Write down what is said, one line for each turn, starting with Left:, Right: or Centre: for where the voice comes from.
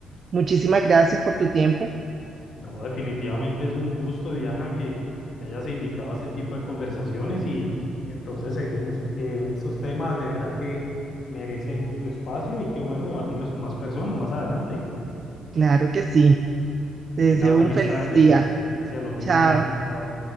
Right: Muchísimas gracias por tu tiempo.
Left: No, definitivamente es un gusto, Diana, que me hayas invitado a este tipo de conversaciones y entonces seguimos eh, esos temas, de verdad que merecen un su espacio y qué bueno debatirlos con más personas más adelante.
Right: Claro que sí.
Left: Que
Right: Te deseo
Left: tenga feliz
Right: un feliz
Left: tarde.
Right: día.
Left: Hacia lo mismo.
Right: Chao.
Left: Chao.